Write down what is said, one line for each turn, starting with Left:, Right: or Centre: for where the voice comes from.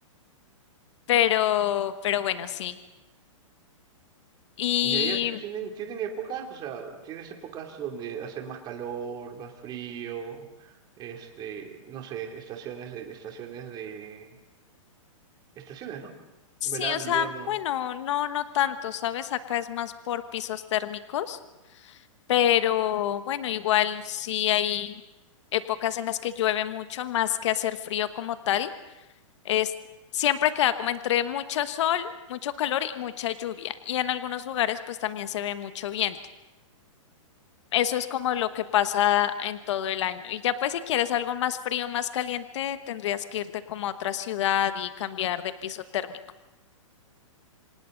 Left: Pero, pero bueno, sí. Y
Right: Y allá tienen, tienen épocas, o sea, tienes épocas donde hace más calor, más frío, este, no sé, estaciones de, estaciones de, estaciones, ¿no?
Left: Sí,
Right: Verano,
Left: o sea,
Right: invierno.
Left: bueno, no, no tanto, ¿sabes? Acá es más por pisos térmicos, pero bueno, igual sí hay épocas en las que llueve mucho, más que hacer frío como tal. Es, siempre queda como entre mucho sol, mucho calor y mucha lluvia. Y en algunos lugares pues también se ve mucho viento. Eso es como lo que pasa en todo el año. Y ya pues si quieres algo más frío, más caliente, tendrías que irte como a otra ciudad y cambiar de piso térmico.